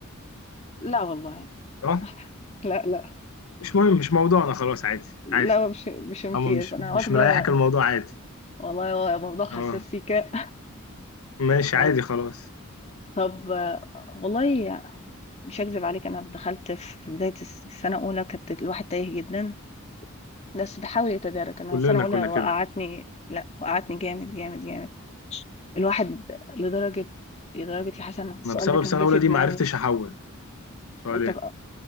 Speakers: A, on the left; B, on the left.
A: لا والله
B: صح؟
A: <laughs> لا لا
B: مش مهم مش موضوعنا خلاص عادي عادي
A: لا مش مش امتياز
B: اما مش
A: انا
B: مش
A: واخده
B: مريحك الموضوع عادي
A: والله هو موضوع حساس
B: اه
A: سيكا <laughs>
B: ماشي
A: وال-
B: عادي خلاص
A: طب آه، والله مش هكذب عليك انا دخلت في بدايه الس- السنه الاولى كانت الواحد تايه جدا بس بحاول يتدارك انا
B: كلنا
A: السنه الاولى
B: كنا كده
A: وقعتني لا وقعتني جامد جامد جامد الواحد لدرجه لدرجه يا حسن السؤال
B: انا بسبب
A: ده كان
B: سنة
A: جه
B: اولى
A: في دماغي
B: دي ما عرفتش احول سؤالين
A: انت بقى-